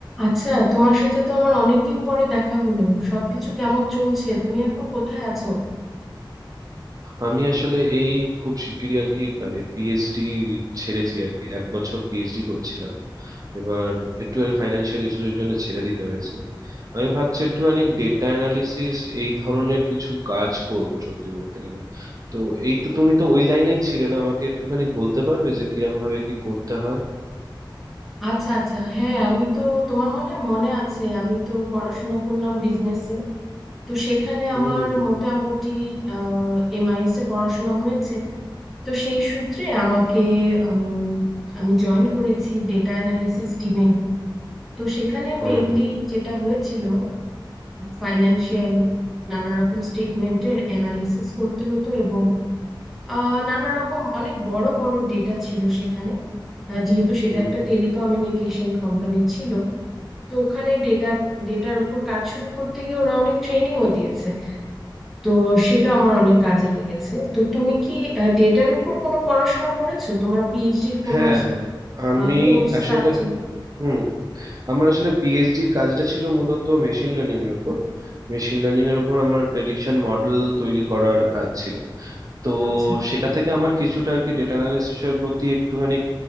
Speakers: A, in the centre; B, on the right.
A: আচ্ছা তোমার সাথে তো আমার অনেকদিন পরে দেখা হলো সবকিছু কেমন চলছে তুমি এখন কোথায় আছো
B: আমি আসলে এই খুব শিগগিরই আর কি মানে পিএইচডি ছেড়েছি আর কি এক বছর পিএইচডি করছিলাম এবার একটুখানি ফাইন্যান্সিয়াল ইস্যুস এর জন্য ছেড়ে দিতে হয়েছে আমি ভাবছি একটুখানি ডেটা অ্যানালিসিস এই ধরনের কিছু কাজ করব সত্যি বলতে গেলে তো এই তো তুমি তো ওই লাইনেই ছিলে না আমাকে একটুখানি বলতে পারবে যে কিরম ভাবে কি করতে হয়
A: আচ্ছা আচ্ছা হ্যাঁ আমি তো তোমার মনে হয় মনে আছে আমি তো পড়াশোনা করলাম বিজনেসে তো সেখানে
B: হুম
A: আমার মোটামুটি এমআইএস এ পড়াশোনা হয়েছে তো সেই সূত্রে আমাকে আম, আমি জয়েন করেছি ডেটা অ্যানালিসিস টিমে তো সেখানে
B: হুম
A: মেইনলি যেটা হয়েছিল ফাইন্যান্সিয়াল নানা রকম স্টেটমেন্টের অ্যানালিসিস করতে হতো এবং আহ নানা রকম অনেক বড় বড় ডেটা ছিল সেখানে আহ, যেহেতু সেটা
B: হুম
A: একটা টেলিকমিউনিকেশন কোম্পানি ছিল তো ওখানে ডেটা ডেটার উপর কাজ শুরু করতে গিয়ে ওরা অনেক ট্রেনিংও দিয়েছে তো সেটা আমার অনেক কাজে লেগেছে তো তুমি কি ডেটার উপর কোনো পড়াশোনা করেছো তোমার পিএইচডির কোনো
B: হ্যাঁ আমি
A: কোর্স
B: আসলে
A: সাবজেক্ট
B: হুম আমার আসলে পিএইচডির কাজটা ছিল মূলত মেশিন লার্নিং এর উপর মেশিন লার্নিং এর উপর আমার প্রেডিকশন মডেল তৈরি করার কাজ ছিল তো
A: আচ্ছা
B: সেটা থেকে আমার কিছুটা আর কি ডেটা অ্যানালিসিস এর প্রতি একটুখানি